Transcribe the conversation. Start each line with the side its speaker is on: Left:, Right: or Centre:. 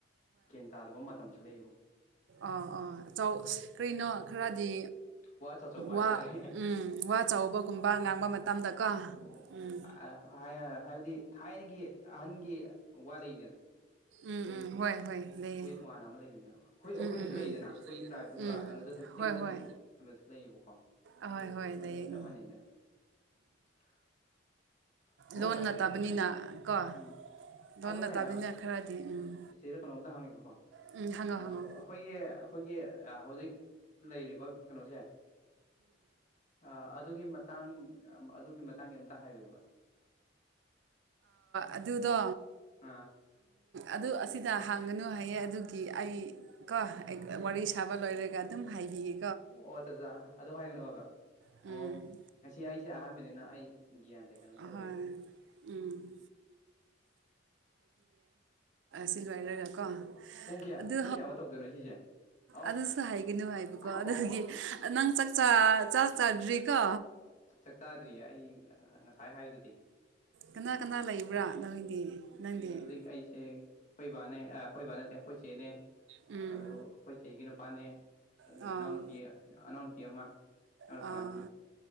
Left: ꯒ꯭ꯌꯥꯟ ꯇꯥꯗꯕ ꯃꯇꯝꯁꯨ ꯂꯩꯌꯦꯕꯀꯣ
Right: ꯑ ꯑꯥ ꯆꯥꯎ ꯀꯩꯅꯣ ꯈꯔꯗꯤ
Left: ꯋꯥ ꯑꯆꯧ ꯑꯆꯧꯕ ꯍꯥꯏꯇꯥꯔꯦ
Right: ꯋꯥ ꯎ ꯆꯥꯎꯕꯒꯨꯝꯕ ꯉꯥꯡꯕ ꯃꯇꯝꯗꯀꯣ
Left: ꯎ
Right: ꯎꯝ
Left: ꯑꯣ ꯍꯥꯏꯕꯗꯤ ꯊꯥꯏꯅꯒꯤ ꯑꯍꯟꯒꯤ ꯋꯥ ꯂꯩꯗꯅ
Right: ꯎꯝ
Left: ꯃꯣꯏ
Right: ꯎꯝ ꯍꯣꯏ ꯍꯣꯏ ꯂꯩꯌꯦ
Left: ꯃꯣꯏ ꯇꯣꯉꯥꯟꯅ ꯑꯃ ꯂꯩꯕꯅꯦꯕ ꯑꯩꯈꯣꯏ ꯑꯩꯈꯣꯏꯗꯁꯨ
Right: ꯎꯝ ꯎꯝ
Left: ꯂꯩꯗꯅ
Right: ꯎꯝ
Left: ꯑꯩꯈꯣꯏ ꯇ꯭ꯔꯥꯏꯞꯇ
Right: ꯎꯝ
Left: ꯀꯩꯅꯣꯗ ꯆꯤꯡꯗ
Right: ꯍꯣꯏ ꯍꯣꯏ
Left: ꯂꯩꯕ ꯀꯩꯅꯣꯁꯨ ꯂꯩꯌꯦꯕꯀꯣ
Right: ꯑꯍꯣꯏ ꯍꯣꯏ
Left: ꯑꯗꯨꯒ
Right: ꯂꯩꯝ
Left: ꯆꯞ ꯃꯥꯟꯅꯩꯗ <inaudible> ꯑꯣ
Right: ꯂꯣꯟ ꯅꯠꯇꯕꯅꯤꯅ ꯀꯣ
Left: ꯎꯝ
Right: ꯂꯣꯟ
Left: ꯑꯗꯨꯒꯅꯦ
Right: ꯅꯠꯇꯕꯅꯤꯅ ꯈꯔꯗꯤ ꯎꯝ
Left: ꯆꯤꯆꯦꯗ ꯀꯩꯅꯣꯝꯇ ꯍꯪꯉꯦꯀꯣ
Right: ꯎꯝ ꯍꯪꯉꯣ
Left: ꯑꯩꯈꯣꯏꯒꯤ
Right: ꯍꯪꯉꯣ
Left: ꯑꯩꯈꯣꯏꯒꯤ ꯍꯧꯖꯤꯛ ꯂꯩꯔꯤꯕ ꯀꯩꯅꯣꯁꯦ ꯑ ꯑꯗꯨꯒꯤ ꯇꯥꯡ ꯑꯗꯨꯒꯤ ꯃꯇꯥꯡꯒꯤ ꯑꯝꯇ ꯍꯥꯏꯕꯤꯕ
Right: ꯑꯗꯨꯗꯣ
Left: ꯑꯥ
Right: ꯑꯗꯨ ꯑꯁꯤꯗ ꯍꯥꯡꯒꯅꯨ ꯍꯥꯏꯌꯦꯦ ꯑꯗꯨꯒꯤ ꯑꯩ ꯀꯣ ꯑꯩ ꯋꯥꯔꯤ ꯁꯥꯕ ꯂꯣꯏꯔꯒꯦ ꯀ ꯑꯗꯨꯝ ꯍꯥꯏꯕꯤꯌꯦ
Left: ꯑꯣ ꯆꯥꯛꯆꯥ ꯑꯗꯨ ꯍꯥꯏꯒꯅꯨ ꯍꯥꯏꯕ
Right: ꯎꯝ
Left: ꯑꯣ ꯉꯁꯤ ꯑꯩꯁꯦ ꯑꯍꯥꯟꯕꯅꯤꯅ ꯑꯩ ꯒ꯭ꯌꯥꯟꯁꯦ ꯀꯩꯅꯣ
Right: ꯑꯍꯣꯏ
Left: ꯇꯧꯔꯤꯗꯣꯏꯕꯀꯣꯟ
Right: ꯎꯝ ꯁꯤꯜꯚꯏꯔꯒ ꯀꯣ
Left: ꯄꯨꯡ ꯀꯌꯥ
Right: ꯑꯗꯨ
Left: ꯄꯨꯡ ꯀꯌꯥꯃꯨꯛ ꯇꯧꯗꯣꯏꯅꯣ ꯁꯤꯁꯦ ꯑꯣ
Right: ꯑꯗꯨꯁꯨ ꯍꯥꯏꯒꯅꯨ ꯍꯥꯏꯕꯀꯣ ꯑꯗꯨꯒꯤ
Left: ꯑꯣ
Right: ꯅꯪ ꯆꯥ ꯆꯥꯗ꯭ꯔꯤꯀꯣ
Left: ꯆꯥꯛ ꯆꯥꯗ꯭ꯔꯤꯌꯦ ꯑꯩ ꯉꯁꯥꯏ ꯍꯥꯏꯕꯗꯨꯗꯤ
Right: ꯀꯅꯥ ꯀꯅꯥ ꯂꯩꯕ꯭ꯔꯥ ꯅꯪꯗꯤ ꯅꯪꯗꯤ
Left: ꯍꯧꯖꯤꯛ ꯑꯩꯁꯦ ꯑꯩꯈꯣꯏꯕꯥꯅꯦ ꯑꯩꯈꯣꯏꯕꯥ ꯅꯠꯇꯦ ꯑꯩꯈꯣꯏ ꯆꯦꯅꯦ
Right: ꯎꯝ
Left: ꯑꯗꯨ ꯑꯩꯈꯣꯏ ꯆꯦꯒꯤ ꯅꯨꯄꯥꯅꯦ ꯑꯗꯨꯒ
Right: ꯑꯥ
Left: ꯏꯅꯥꯎ ꯅꯨꯄꯤ ꯑꯅꯥꯎ ꯅꯨꯄꯤ ꯑꯃ ꯏꯅꯥꯎ ꯅꯨꯄꯥꯑꯅꯤ
Right: ꯑꯥ